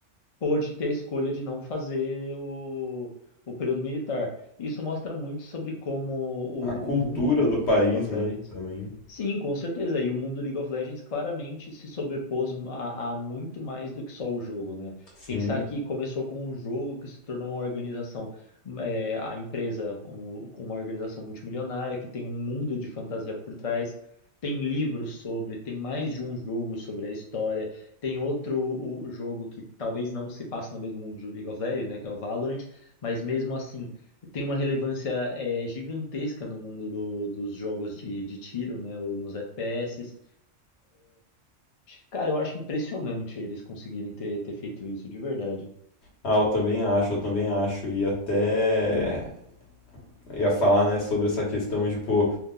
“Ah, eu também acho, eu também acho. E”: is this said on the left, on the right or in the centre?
Left